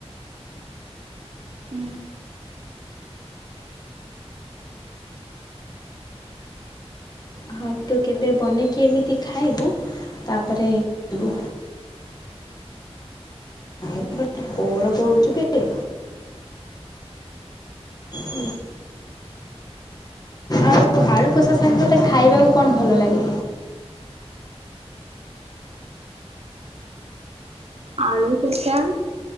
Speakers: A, on the right; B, on the left.
A: ହୁଁ।
B: ହଁ ତୁ କେବେ ବନେଇକି ଏମିତି ଖାଇବୁ ତାପରେ <inaudible> ଇବୁ। <inaudible> କଣ କହୁଛୁ କି? <unintelligible> ଆଉ ଆଳୁ କଷା ସାଙ୍ଗେ ତୋତେ ଖାଇବାକୁ କଣ ଭଲ ଲାଗେ?
A: ଆଳୁ କଷା